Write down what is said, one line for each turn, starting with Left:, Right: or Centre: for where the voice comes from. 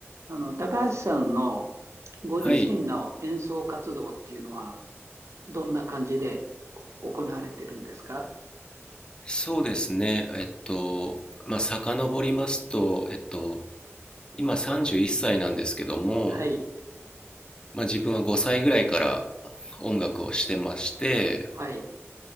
Right: あの、高橋さんのご自身の演奏活動っていうのは、
Left: はい、
Right: どんな感じで行われてるんですか
Left: そうですね。えっと、まあ、遡りますと、えっと、今31歳なんですけども、
Right: はい、
Left: まあ、自分は5歳ぐらいから音楽をしてまして、
Right: はい、